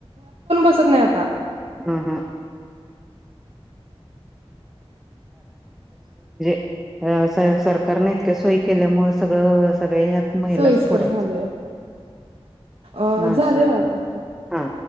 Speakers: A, on the right (about 75°); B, in the centre.
A: दिसत नाही आता.
B: हम् हम् स सरकारने इतक्या सोयी केल्यामुळे सगळं सगळे महिलाचं
A: सोयीस्कर
B: पुढायत,
A: झाले ह
B: माणसं
A: झाले बा काकी
B: हा